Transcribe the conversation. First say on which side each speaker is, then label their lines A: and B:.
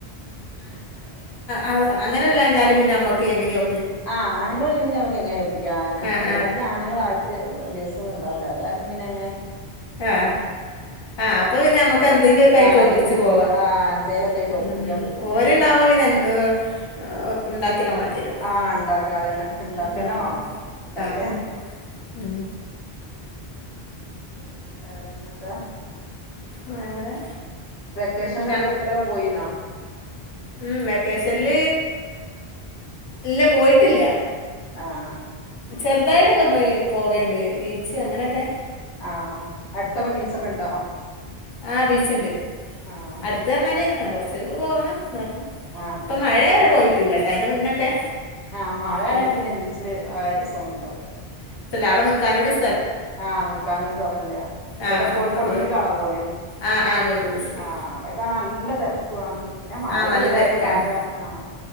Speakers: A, on the left; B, on the left.
A: മ്
B: ആ അങ്ങനെല്ലാഞ്ഞാല് പിന്നെ നമ്മക്ക് എങ്ങനെയൊ
A: ആഹ് ആണുളില്ലെങ്കിൽ നമുക്ക് എങ്ങനെയും ഒപ്പിക്കാം അതന്നെ
B: ആ
A: ഇവിടെ
B: ആ
A: പിന്നെ ആണുങ്ങൾ ആഴ്ചയിൽ ദിവസ ന്നും ഉണ്ടാവില്ല കാരണം പിന്നെ എങ്ങനെ
B: ആഹ് ആ അപ്പൊ പിന്നെ നമ്മുക്ക് എന്തെങ്കിലുമൊക്കെ ആയിട്ട്
A: ആഹ്
B: ഒപ്പിച്ച്
A: എ
B: പോവാ
A: ആഹ് എന്തേലൊക്കെ ആയിട്ട് ഒപ്പിക്കാൻ
B: മ് മ്
A: പറ്റും
B: ഓര്ണ്ടാവ്പോ പിന്നെ എ മ് ആ ഉണ്ടാ ചിക്കന് വേണ്ടി വരും
A: ആഹ് ഉണ്ടാക്ക അതന്നെ ഉണ്ടാക്കന്നെ
B: മ് മ്
A: വേണം ഓല് ഉണ്ടെങ്കില്
B: ആ ആ മ്
A: പിന്നെ വേറെ പിന്നെ എന്താ
B: വേറെ
A: വെക്കേഷനിലൊക്കെ
B: ന
A: എവിടുക്കലൊക്കെ പോയിനാ
B: ഉം വെക്കേഷനിൽ ഇല്ല പോയിട്ടില്ല
A: ആഹ് ആ
B: ചെറുതായിട്ടൊക്കെ പോയി പോകേണ്ട് ബീച്ച് അങ്ങനെക്കെ
A: ആഹ് അടുത്തൊക്കെ ബീച്ചൊക്കെ ഉണ്ടോ
B: ആഹ് ബീച്ചുണ്ട്
A: ആഹ്
B: അടുത്ത് പറഞ്ഞാല് ആ കുറചെക്കെ പോകണം ല്ല
A: ആഹ്
B: ഇപ്പൊ മഴ വരെ പോയി ല്ല ടൈന മുന്നൊക്കെ
A: ആഹ മഴ
B: പോയിന്
A: പിന്നെ വീട്ടില് രസമൊന്നും ഉണ്ടാവില്ല
B: ഔട നിക്കാനും കുടി
A: ആഹ നിക്കാനും സ്ഥലല്ല എവിടെ
B: ആഹ് ആഹ്
A: കോഴിക്കോട്
B: അപ്പൊ
A: ബീച്ചിലാണോ പോല്
B: ആഹ് ആഹ് കോഴിക്കോട് ബീച്ചില്
A: ആഹ അവിടെക്കെ നല്ല തിരക്കും ക്കുകാണ് പിന്നെ മഴ
B: ആഹ്
A: പെയ്താലേ
B: നല്ല തിരക്കാണ്
A: ആക ആഹ